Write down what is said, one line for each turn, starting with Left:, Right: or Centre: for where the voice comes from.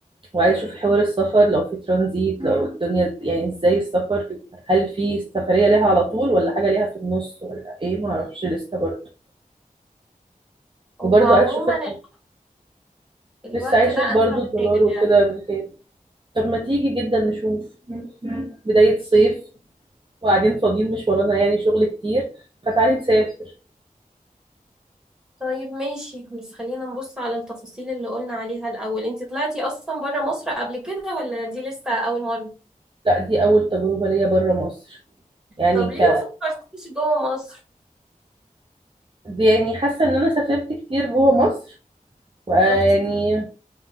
Right: وعايز اشوف حوار السفر لو في ترانزيت لو الدنيا يعني ازاي السفر هل في سفرية ليها على طول ولا حاجة ليها في النص ولا ايه ما اعرفش لسه برضه
Centre: هو
Right: وبرضه
Centre: عموما
Right: عايز اشوف ال-
Centre: ال- الوقت
Right: لسه عايز
Centre: ده
Right: اشوف برضه
Centre: انسب
Right: الدولار
Centre: حاجة
Right: وكده
Centre: يعني
Right: من كام طب ما تيجي جدا نشوف بداية صيف وقاعدين فاضيين مش ورانا يعني شغل كتير فتعالي نسافر
Centre: طيب ماشي بس خلينا نبص على التفاصيل اللي قلنا عليها الأول انت طلعتي أصلا برا مصر قبل كده ولا دي لسه أول مرة؟
Right: لا دي أول تجربة ليا برا مصر يعني
Centre: طب ليه
Right: ك
Centre: ما فكرتيش جوه مصر؟
Right: دي يعني حاسة إن أنا سافرت كتير جوا مصر ويعني
Centre: رحتي